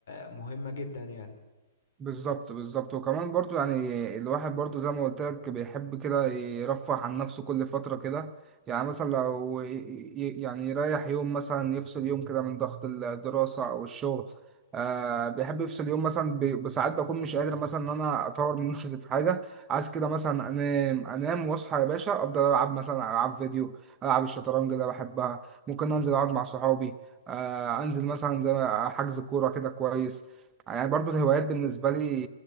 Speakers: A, on the left; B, on the right.
A: مهمة جدا يعني
B: بالظبط بالظبط وكمان برضو يعني الواحد برضو زي ما قلت لك بيحب كده يرفه عن نفسه كل فترة كده يعني مثلا لو ي- ي- يعني يريح يوم مثلا يفصل يوم كده من ضغط الدراسة أو الشغل آه بيحب يفصل يوم مثلا ب- بساعات بكون مش قادر مثلا إن أنا أطور من <laughs> نفسي في حاجة عايز كده مثلا أنام أنام وأصحى يا باشا أفضل ألعب مثلا ألعب فيديو ألعب الشطرنج اللي بحبها ممكن أنزل أقعد مع صحابي آه أنزل مثلا زي ما- حجز كورة كده كويس يعني برضو الهوايات بالنسبة لي